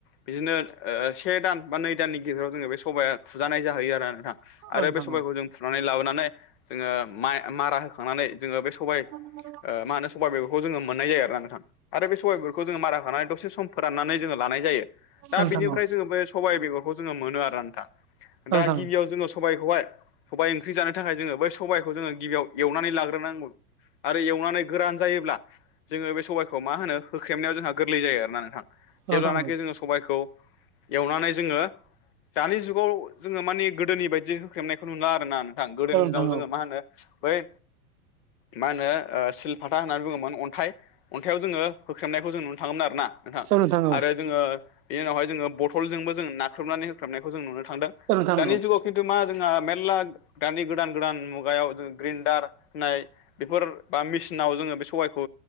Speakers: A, on the left (about 40°); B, on the right (about 85°).
A: बिदिनो ओ से दान बा नै दाननि गेजेराव जोङो बे सबाया फुजानाय जाहैयो आरोना नोंथां
B: औ नोंथां
A: आरो बे सबाइखौ
B: औ
A: जों फुनानै लाबोनानै जोङो माइ मारा होखांनानै जोङो बे
B: <inaudible>
A: सबाय ओ मा होनो सबाइ मैगंखौ जोङो मोननाय जाया आरोना नोंथां। आरो बे सबाइफोरखौ जोङो मारा होनानानै दसे सम फोराननानै जोङो लानाय जायो दा
B: नोंथां
A: बिनिफ्राय
B: औ
A: जोङो बे सबाइ बेगरखौ जोङो मोनो आरो आरो ना नोंथां
B: नोंथां
A: दा
B: औ
A: गिबियाव जोङो सबाइखौहाय सबाइ ओंख्रि जानो थाखाय जोङो बै सबायखौ जोङो गिबियाव एवनानै लाग्रोनांगौ आरो एवनानै गोरान जायोब्ला जोङो बे सबाइखौ मा होनो होख्रेमनायाव जोंहा गोरलै जायो आरोना नोंथां
B: नोंथां
A: जेब्लानाखि
B: औ
A: जोङो सबायखौ एवनानै जोङो दानि जुगाव जोङो माने गोदोनि बायदि होख्रेबनायखौ नुला आरोना नोंथां गोदोनि
B: औ नोंथां
A: दिनाव
B: औ
A: जोङो मा होनो बै मा होनो ओ सिलफाथा होननानै बुङोमोन अन्थाइ अन्थाइाव जोङो होख्रेबनायखौ जों नुनो थाङोमोन आरोना। नोंथां
B: औ औ
A: आरो जोङो बेनि उनावहाय जोङो बथलजोंबो जोङ नाख्रेनानै होख्रबनायखौ जों नुनो थांदों।
B: औ नोंथां
A: दानि जुगाव खिन्थु मा जोंहा मेर्ला दानि गोदान गोदान मुगायाव ग्रिन्डार होननाय बेफोर बा मेसिनाव जोङो बे सबायखौ